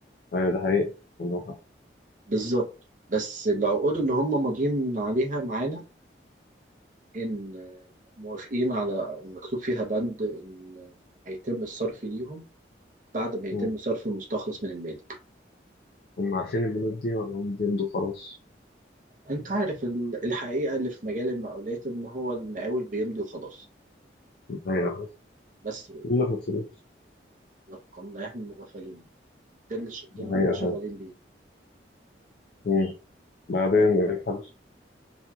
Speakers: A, on the left (about 55°); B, on the right (about 45°).
A: ايوه ده حقيقي عندهم حق
B: بالظبط بس العقود اللي هم ماضيين عليها معانا ان موافقين على مكتوب فيها بند ان هيتم الصرف ليهم بعد ما يتم
A: مم.
B: صرف المستخلص من المالك
A: هم عارفين البنود دي ولا هم بيمضوا خلاص
B: انت عارف ال- الحقيقه اللي في مجال المقاولات ان هو المقاول بيمضي وخلاص
A: ده حقيقة
B: بس
A: هم في الفلوس
B: لقمناهم مغفلين ده اللي ش... ده
A: ده
B: اللي
A: حقيقة
B: هم شغالين بيه
A: مم. بعدين
B: ف...
A: إيه الحبس